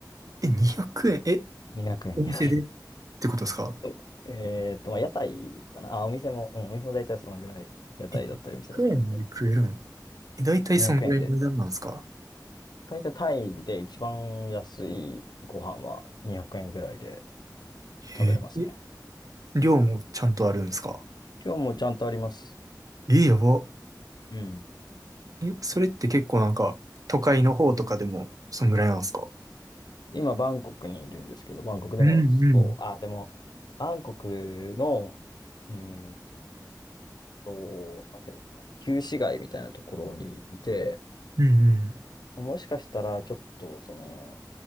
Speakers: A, on the right (about 55°); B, on the left (about 75°).
A: え、200円えん、え
B: 200円、
A: お店でっ
B: 200円。
A: てことですか
B: <laughs> おえっと、まあ、屋台かな。あ、お店も、うん、お店も大体そのぐらい、屋台だったりお店だったりで。
A: え、100円で食えるんえ、だいたいそのぐらいの値段なんですか
B: 200円で、大体タイで一番安いご飯は200円ぐらいで食べれますね。
A: えーえ、量もちゃんとあるんですか
B: 今日もちゃんとあります。
A: え、やば。
B: うん。
A: え、それって結構なんか、都会の方とかでも、そんぐらいなんですか
B: 今、バンコクにいるんですけど、バンコクでもそう、
A: うんうん。
B: あ、でも、バンコクの、うんと、なんていうのかな、旧市街みたいなところにいて、
A: うん
B: もしかしたら、ちょっと、その、